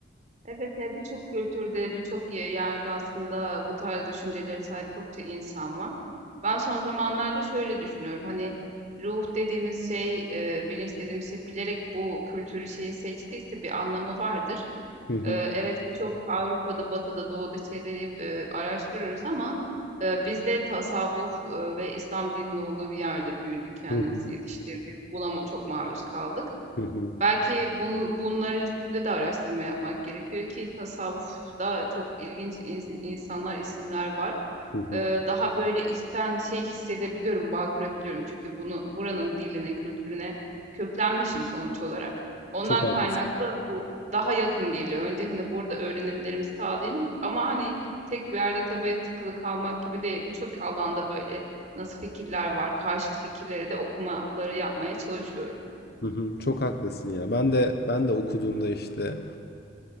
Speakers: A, on the right; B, on the left.
A: Evet ya birçok kültürde, birçok ye- yerde aslında bu tarz düşüncelere sahip çokça insan var. Ben son zamanlarda şöyle düşünüyorum. Hani ruh dediğimiz şey, e, bilinç dediğimiz şey bilerek bu kültürü şeyi seçtiyse bir anlamı vardır.
B: Hı hı.
A: E, evet birçok Avrupa'da, Batı'da, Doğu'da şeyleri yap- e, araştırıyoruz ama e, biz de tasavvuf e, ve İslam dininin olduğu bir yerde büyüdük, kendimizi
B: Hı hı.
A: yetiştirdik. Buna ma- çok maruz kaldık.
B: Hı hı.
A: Belki bun, bunları üstünde de araştırma yapmak gerekiyor ki tasavvufta çok ilginç ins- insanlar, isimler var.
B: Hı hı.
A: Ee, daha böyle içten şey hissedebiliyorum, bağ kurabiliyorum. Çünkü bunu buranın diline, kültürüne köklenmişim sonuç olarak. Ondan
B: Çok haklısın.
A: kaynaklı bu daha yakın geliyor. Önce hani burada öğrenimlerimi sağlayayım ama hani tek bir yerde tabii tıkılı kalmak gibi değil. Birçok alanda böyle nasıl fikirler var, karşıt fikirleri de okumaları yapmaya çalışıyorum.
B: Hı hı. Çok haklısın ya. Ben de ben de okuduğumda işte